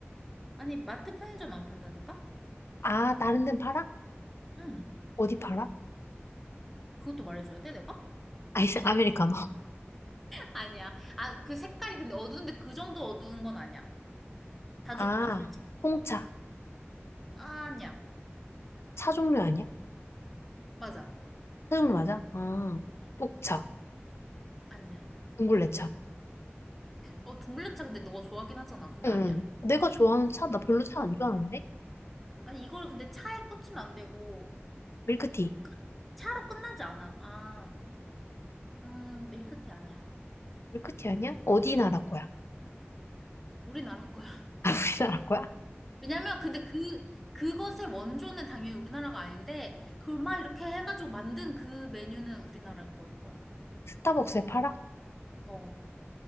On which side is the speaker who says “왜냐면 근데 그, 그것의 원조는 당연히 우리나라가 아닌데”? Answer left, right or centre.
Centre